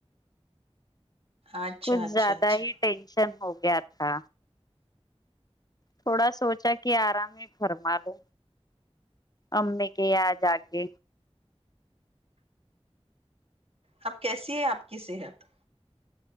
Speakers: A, on the right; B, on the left.
A: اچھا
B: کچھ
A: اچھا
B: زیادہ
A: اچھا
B: ہی ٹینشن ہو گیا تھا تھوڑا سوچا کہ آرام میں فرما لو اممی کے یہاں جا کے
A: اب کیسی ہے آپ کی صحت